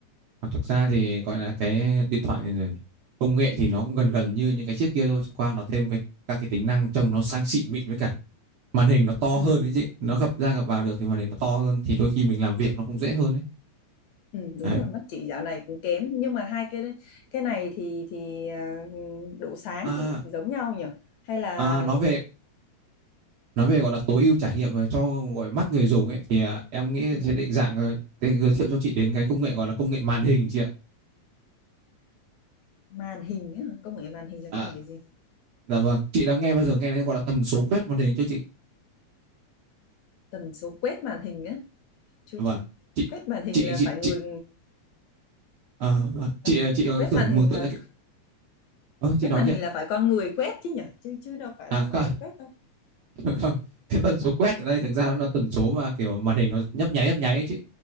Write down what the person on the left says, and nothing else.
ừ,
ừ, đúng
rồi mắt chị dạo này cũng kém nhưng mà hai cái cái này thì thì à, độ sáng
thì giống nhau nhỉ hay là
ừ,
màn hình á, công nghệ màn hình là
công nghệ gì
tần số quét màn hình chưa
chưa
quét màn hình
là
phải người
là,
quét
màn hình
là
quét
màn
hình
là phải con người quét chứ nhỉ chứ chứ đâu phải
là máy
quét đâu